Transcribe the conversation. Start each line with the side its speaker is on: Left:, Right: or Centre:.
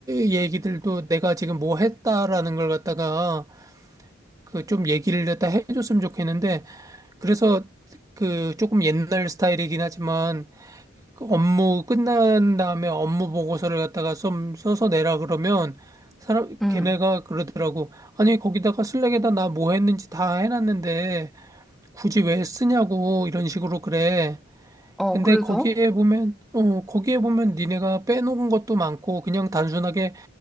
Right: 얘기들도 내가 지금 뭐 했다라는 걸 갖다가 그 좀 얘기를 갖다 해줬으면 좋겠는데 그래서 그 조금 옛날 스타일이긴 하지만 그 업무 끝난 다음에 업무 보고서를 갖다가 좀 써서 내라 그러면 사람
Centre: 음.
Right: 걔네가 그러더라고 아니 거기다가 슬랙에다 나 뭐 했는지 다 해놨는데 굳이 왜 쓰냐고 이런 식으로 그래.
Centre: 어,
Right: 근데
Centre: 그래서?
Right: 거기에 보면, 어, 거기에 보면 니네가 빼놓은 것도 많고, 그냥 단순하게,